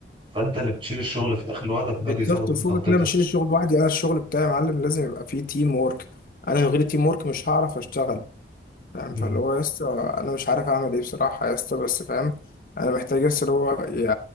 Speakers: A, on the right; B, on the left.
A: فانت اللي بتشيل الشغل في الاخر لوحدك وده
B: بالظبط
A: بيزود
B: وفوقك
A: من ضغطتك
B: إن انا بشيل الشغل لوحدي انا الشغل بتاعي يا معلم لازم يبقى فيه تيم وورك انا من غير تيم وورك مش هعرف اشتغل فاهم
A: مم.
B: فاللي هو يا اسطى انا مش عارف اعمل ايه بصراحه يا اسطى بس فاهم انا محتاج يا اسطى اللي هو يا